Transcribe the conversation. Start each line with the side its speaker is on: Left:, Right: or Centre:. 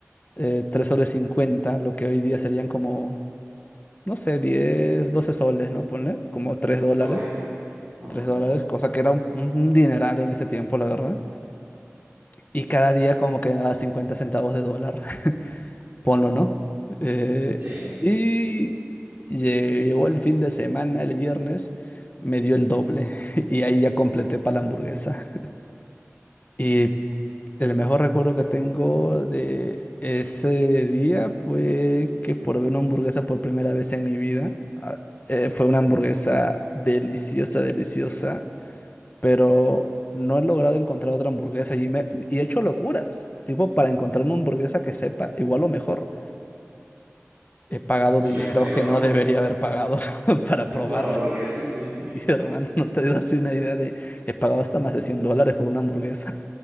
Left: eh, 3 soles cincuenta lo que hoy día serían como, no sé, 10 12 soles, ¿no? Ponle, como tres dólares,
Right: Ok, ujú,
Left: 3 dólares, cosa que era un, un dineral en ese tiempo, la verdad. Y cada día como que daba 50 centavos de dólar, <laughs> ponlo, ¿no? Eh,
Right: sí.
Left: y lle- llegó el fin de semana, el viernes, me dio el doble <laughs> y ahí ya completé para la hamburguesa. Y el mejor recuerdo que tengo de ese día fue que probé una hamburguesa por primera vez en mi vida. Ah, eh, fue una hamburguesa deliciosa, deliciosa, pero no he logrado encontrar otra hamburguesa y, me- y he hecho locuras, tipo para encontrar una hamburguesa que sepa igual o mejor. He pagado
Right: Y
Left: dinero
Right: yo creo,
Left: que no debería haber pagado <laughs> para
Right: <laughs>
Left: probar.
Right: por hamburguesas, sí.
Left: Sí, hermano, no te das una idea de... He pagado hasta más de 100 dólares por una hamburguesa.